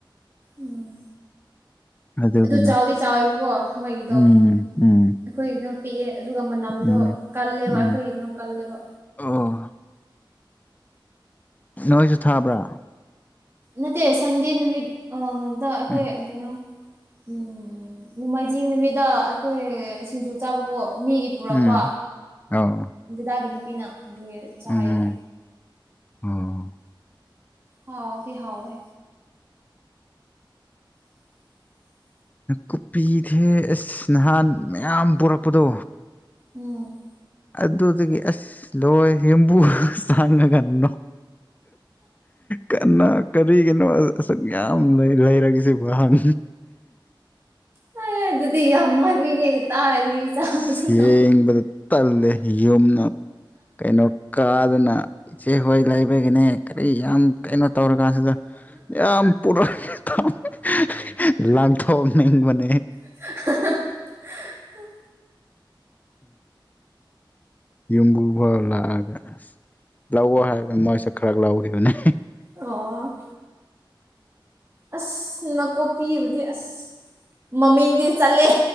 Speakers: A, on the right (about 30°); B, on the left (about 20°).
A: ꯎꯝ
B: ꯑꯗꯨꯒꯤꯅꯦ
A: ꯑꯗꯨ ꯆꯥꯎꯗꯤ ꯆꯥꯎꯋꯦꯕꯀꯣ ꯃꯣꯏꯒꯤꯗꯣ
B: ꯎꯝ ꯎꯝ
A: ꯑꯩꯈꯣꯏꯒꯤꯗ ꯄꯤꯛꯑꯦ ꯑꯗꯨꯒ ꯃꯅꯝꯗꯣ
B: ꯎꯝ
A: ꯀꯜꯂꯦꯕ
B: ꯎꯝ
A: ꯑꯩꯈꯣꯏꯒꯤꯅꯣ ꯀꯜꯂꯦꯕ
B: ꯑꯣ ꯅꯣꯏꯁꯨ ꯊꯥꯕ꯭ꯔꯥ
A: ꯅꯠꯇꯦ ꯁꯟꯗꯦ ꯅꯨꯃꯤꯠꯗ ꯑꯩꯈꯣꯏ
B: ꯎꯝ
A: ꯀꯩꯅꯣ ꯎꯝ ꯅꯣꯡꯃꯥꯏꯖꯤꯡ ꯅꯨꯃꯤꯠꯇ ꯑꯩꯈꯣꯏ ꯁꯤꯡꯖꯨ ꯆꯥꯕꯀꯣ ꯃꯤꯒꯤ ꯄꯨꯔꯛꯄ
B: ꯎꯝ ꯑꯣ
A: ꯗꯥꯒꯤ ꯅꯨꯄꯤꯅ ꯑꯗꯨ ꯆꯥꯏꯌꯦꯕ
B: ꯎꯝ ꯑꯣ
A: ꯍꯥꯎꯕꯤ ꯍꯥꯎꯦ <unintelligible>
B: ꯀꯨꯞꯄꯤ ꯊꯦ ꯑꯁ ꯅꯍꯥꯟ ꯃꯌꯥꯝ ꯄꯨꯣꯔꯛꯄꯗꯣ
A: ꯎꯝ
B: ꯑꯗꯨꯗꯒꯤ ꯑꯁ ꯂꯣꯏ ꯌꯦꯝꯕꯨ ꯁꯥꯡꯉ ꯀꯟꯅꯣ ꯀꯅꯥ ꯀꯔꯤꯒꯤꯅꯣ ꯑꯁꯨꯛ ꯌꯥꯝ ꯂꯩ ꯂꯩꯔꯒꯁꯦ ꯍꯥꯟ
A: ꯍ ꯑꯗꯨꯗꯤ ꯌꯥꯝ ꯃꯥꯟꯕꯤꯅꯦ ꯇꯥꯔꯒꯤ ꯆꯥꯎꯥꯛꯁꯨ
B: ꯑꯁ ꯌꯦꯡꯕꯗ ꯇꯜꯂꯦ ꯌꯨꯝꯅ ꯀꯩꯅꯣ ꯀꯥꯗꯨꯅ ꯏꯆꯦꯍꯣꯏ ꯂꯩꯕꯒꯤꯅꯦ ꯀꯔꯤ ꯌꯥꯝ ꯀꯩꯅꯣ ꯇꯧꯔꯀꯥꯟꯁꯤꯗ ꯌꯥꯝ ꯄꯨꯔꯛꯏ ꯊꯣ ꯃꯅꯦ
A: <unintelligible>
B: ꯌꯨꯝꯕꯨꯨꯚꯥꯎ ꯂꯥꯛꯒ ꯂꯧꯑꯣ ꯍꯥꯏꯕꯅꯤ ꯃꯣꯏꯁꯨ ꯈꯔ ꯂꯧꯈꯤꯕꯅꯤ
A: ꯑꯣ ꯑꯁ ꯀꯨꯞꯄꯤꯕꯨꯗꯤ ꯑꯁ ꯃꯃꯤꯡꯗꯤ ꯆꯠꯂꯦ